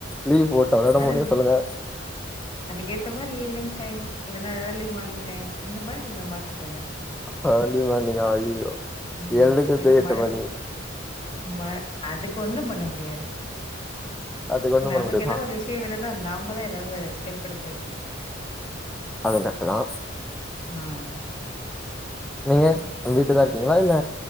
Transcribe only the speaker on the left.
அது
அதுக்கேத்த மாரி ஈவினிங் டைம் இல்லைன்னா ஏர்லி மார்னிங் டைம் அந்த மாரி நீங்க மாத்திக்கங்க
ஆமா.
ஏன்னா
மழை
ம அதுக்கு ஒண்ணு பண்ண முடியாது
நமக்கு
ஏதாவ ஒரு விஷ் இடிவிலதா நம்மலே ஏதாவது ஸ்டெப் எடுத்து வெக்கணு
ஆம்